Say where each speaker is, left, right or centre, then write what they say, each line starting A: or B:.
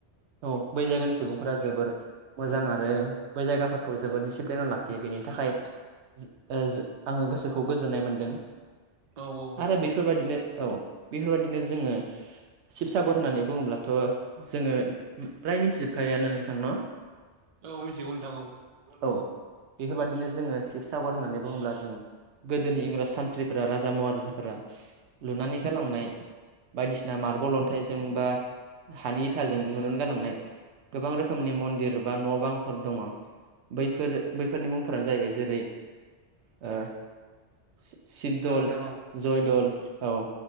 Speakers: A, on the right; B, on the right.
A: औ बै जायगानि सुबुंफोरा जोबोर मोजां आरो बै जायगाफोरखौ जोबोर दिडिसिप्लिनाव लाखियो बेनि थाखाय ओ जो आङो गोसोखौ गोजोननाय मोनदों।
B: औ औ
A: आरो बेफोरबादिनो औ बेफोरबायाददिनो जोङो शिबसागर होननानै बुङोब्ला थ' जोङो फ्राय मिथिजोबखायोआनो नोंथां न' ओ
B: औ मिथिगौ नोंथां औ
A: औ बेफोरबायदिनो जोङो शिबसागर होननानै बुङोब्ला जों गोदोनि इंराज सानथ्रिफोरा राजा महाराजाफोरा लुनानै गालांनाय बायदिसिना मार्बल अन्थाइजों बा हानि इथाजों लुनानै गालांनाय गोबां रोखोमनि मन्दिर बा न' बांफोर दङ' । बैफोर बैफोरनि मुंफोरानो जाहैबाय जेरै ओ सि-सिशिबदल,
B: औ नोंथां
A: जयदल औ